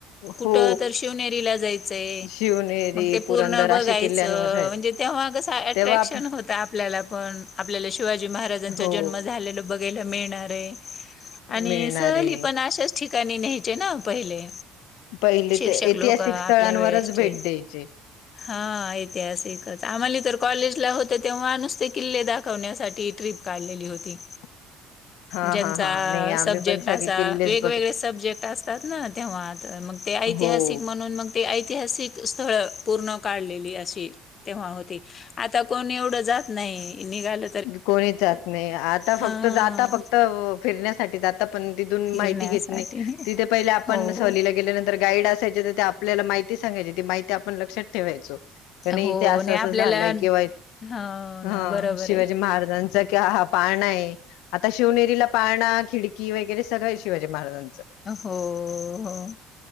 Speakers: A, on the left; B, on the left.
A: कुठं
B: हो
A: तर शिवनेरीला जगायचंय.
B: शिवनेरी
A: मग ते पूर्ण
B: पुरंदर
A: बघायचं
B: असे किल्ल्यांवर आहेत
A: म्हणजे, तेव्हा कसं अट्रॅक्शन
B: तेव्हा आप-
A: होत आपल्याला पण आपल्याला शिवाजी महाराजांचा
B: हो
A: जन्म झालेला बघायला मिळणार आहे. आणि
B: मिळणारे
A: सहली पण अशाच ठिकाणी न्यायचे ना पहिले.
B: पहिले
A: शिक्षक
B: ते ऐतिहासिक
A: लोक आपल्या,
B: स्थळांवरच
A: वेळेचे
B: भेट द्यायचे
A: हा ऐतिहासिकचं आम्हाला तर कॉलेजला होतो, तेव्हा नुसते किल्ले दाखवण्यासाठी ट्रीप काढलेली होती.
B: <inaudible>
A: ज्यांचा
B: हा हा नाही
A: सब्जेक्ट
B: आम्ही पण
A: असा
B: सगळे किल्लेच
A: वेगवेगळे
B: बघितले
A: सब्जेक्ट असतात, ना तेव्हा मग ते ऐतिहासिक
B: हो
A: म्हणून, मग ते ऐतिहासिक स्थळ पूर्ण काढलेली अशी तेव्हा होती, आता कोण एवढं जात नाही निघाल
B: कोणीच जात नाही, आता फक्त
A: हां,
B: जाता फक्त फिरण्यासाठी जातात पण तिथून
A: फिरण्यासाठी
B: माहिती घेत नाही, तिथे पहिले आपण
A: हो.
B: सहलीला गेल्यांतर गाईड असायच्या त्या आपल्याला माहिती सांगायच्या ती माहिती आपण लक्षात ठेवायचो. कि नाही
A: हो
B: इथे असं
A: आणि
B: असं
A: आपल्याला
B: झालंय, किंवा इ
A: हो
B: ह
A: ना बरोबर आहे.
B: महारांचा हा पाळना आहे, आता शिवनेरीला पाळना खिडकी की वगैरे सगळं आहे शिवाजी महाराजांचं.
A: होअ हो.